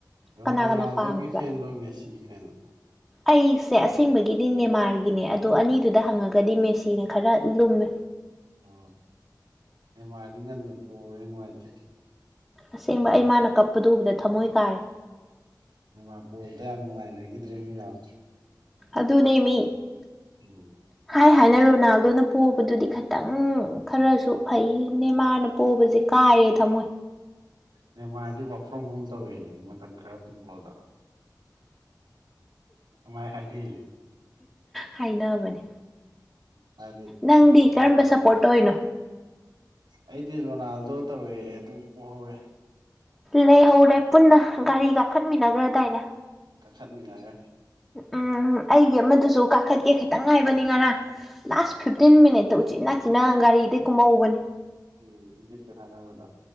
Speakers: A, on the right; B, in the centre.
A: ꯔꯣꯅꯥꯜꯗꯣꯒꯤ
B: ꯀꯅꯥ ꯀꯅꯥ ꯄꯥꯝꯃꯤꯕ
A: ꯐꯦꯟꯂꯣ ꯃꯦꯁꯤꯒꯤ ꯐꯦꯟꯂꯣ
B: ꯑꯩꯁꯦ ꯑꯁꯦꯡꯕꯒꯤꯗꯤ ꯅꯦꯃꯥꯔꯒꯤꯅꯦ ꯑꯗꯣ ꯑꯅꯤꯗꯨꯗ ꯍꯪꯉꯒꯗꯤ ꯃꯦꯁꯤꯅ ꯈꯔ ꯂꯨꯝꯃꯦ
A: ꯑꯣ ꯑꯦ ꯃꯥꯗꯤ ꯉꯟꯅ ꯄꯦ ꯅꯨꯡꯉꯥꯏꯇꯦ
B: ꯑꯁꯦꯡꯕ ꯑꯩ ꯃꯥꯅ ꯀꯞꯄꯗꯨ ꯎꯕꯗ ꯊꯃꯣꯏ ꯀꯥꯏꯔꯦ
A: ꯏꯃꯥ ꯄꯨꯕꯗ ꯌꯥꯝ ꯅꯨꯡꯉꯥꯏꯅꯈꯤꯗ꯭ꯔꯦꯅꯦ ꯃꯌꯥꯝ
B: ꯑꯗꯨꯅꯦꯃꯤ
A: ꯎꯝ
B: ꯍꯥꯏ ꯍꯥꯏꯅ ꯔꯣꯅꯥꯜꯗꯣꯅ ꯄꯣꯕꯗꯨꯗꯤ ꯈꯤꯇꯪ ꯈꯔꯁꯨ ꯐꯩꯅꯦ ꯃꯥꯅ ꯄꯣꯕꯁꯦ ꯀꯥꯏꯔꯦ ꯊꯝꯃꯣꯏ
A: ꯅ ꯃꯥꯔꯗꯤ ꯋꯥꯋꯥꯛ ꯐ꯭ꯔꯣꯝ ꯍꯣꯝ ꯇꯧꯋꯦ ꯃꯇꯝ ꯈꯔ ꯐꯨꯠꯕꯣꯜꯗ ꯀꯃꯥꯏ ꯍꯥꯏꯥꯏꯗꯤ
B: ꯍꯥꯏꯅꯕꯅꯦ
A: ꯍꯥꯏꯗꯤ
B: ꯅꯪꯗꯤ
A: ꯌꯥꯝ ꯅꯩꯌꯦ
B: ꯀꯔꯝꯕ ꯁꯞꯄꯣꯔꯠ ꯇꯧꯔꯤꯅꯣ
A: ꯑꯩꯗꯤ ꯔꯣꯅꯥꯜꯗꯣ ꯇꯧꯋꯦ ꯑꯗꯨ ꯄꫭꯍꯧꯔꯦ
B: ꯂꯩꯍꯧꯔꯦ ꯄꯨꯟꯅ ꯒꯥꯔꯤ ꯀꯥꯈꯠꯃꯤꯟꯅꯈ꯭ꯔꯗꯥꯏꯅꯦ
A: ꯀꯈꯠ ꯃꯤꯟꯅꯒꯔꯦ
B: ꯎꯝ ꯑꯩꯒꯤ ꯑꯃꯗꯨꯁꯨ ꯀꯥꯈꯠꯀꯦ ꯈꯤꯇꯪ ꯉꯥꯏꯕꯅꯤ ꯉꯔꯥꯡ ꯂꯥꯁ ꯐꯤꯞꯇꯤꯟ ꯃꯤꯅꯤꯠꯇ ꯎꯆꯤꯅꯥꯆꯤꯟꯅ ꯒꯥꯔꯤꯗꯩ ꯀꯨꯝꯍꯧꯕꯅꯦ
A: ꯎꯝ ꯏꯗꯤꯞꯁꯨꯦ ꯍꯥꯏꯥꯟꯅꯕꯗꯣ